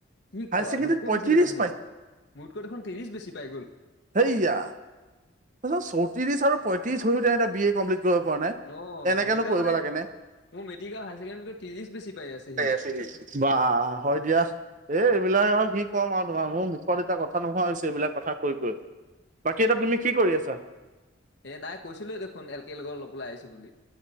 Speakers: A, on the left; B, on the right.
A: কি
B: হায়াৰ
A: কোৱা
B: ছেকেণ্ডেৰীত
A: মোটকৈও
B: পঁয়ত্ৰিশ
A: বেছি পাইছে দেখোন, মোটকৈ দেখোন ত্ৰিছ বেছি পাই গ'ল।
B: সেইয়া। তাৰিছত চৌত্ৰিশ আৰু পঁয়ত্ৰিশ হৈও তেওঁ এয়া বি এ কমপ্লিট কৰিব পৰা নাই,
A: অ
B: এনেকেনো
A: দুটা
B: কৰিব
A: মানে
B: লাগে নে।
A: মোৰ মেট্ৰিক আৰু হায়াৰ ছেকেণ্ডেৰীতকৈ ত্ৰিশ বেছি পাই আছে
B: <unintelligible>
A: সি।
B: ব হয় দিয়া। এ এইবিলাক আৰু কি ক'ম আৰু তোমাৰ মোৰ মুখত এতিয়া কথা নোহোৱা হৈছে এইবিলাক কথা কৈ কৈ, বাকী এতিটা তুমি কি কৰি আছা?
A: এই নাই কৈছিলোঁেই দেখোন, এল কে লগ অলপ ওলাই আহিছো বুলি।